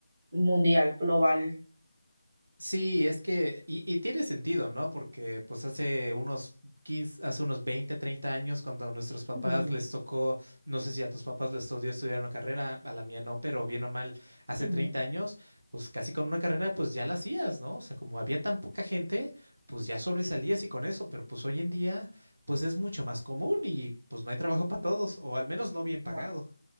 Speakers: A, on the right (about 25°); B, on the right (about 65°).
A: mundial, global.
B: Sí, es que, y, y tiene sentido, ¿no? Porque pues hace unos 15, hace unos 20, 30 años, cuando a nuestros papás
A: Ujú,
B: les tocó, no sé si a tus papás les tocó estudiar una carrera, a la mía no, pero bien o mal, hace
A: ujú,
B: 30 años, pues casi con una carrera pues ya la hacías, ¿no? O sea, como había tan poca gente, pues ya sobresalías y con eso, pero pues hoy en día pues es mucho más común y pues no hay trabajo para todos, o al menos no bien
A: ujú.
B: pagado.